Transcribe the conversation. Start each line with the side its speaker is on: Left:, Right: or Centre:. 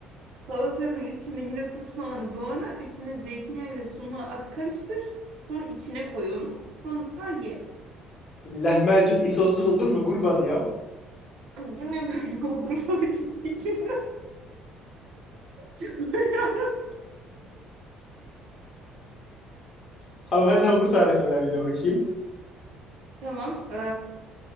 Right: Salatanın içinde yine kuru soğanı doğra üstüne zeytinyağıyla sumağı at karıştır. Sonra içine koy onu. Sonra sar ye.
Left: lahmacun isotsuz olur mu kurban ya?
Right: Bu ne böyle <laughs> Urfalı tipi içinde? <laughs>
Left: Ha- Hadi hamur tarifi ver bir de bakayım.
Right: Tamam. Ee,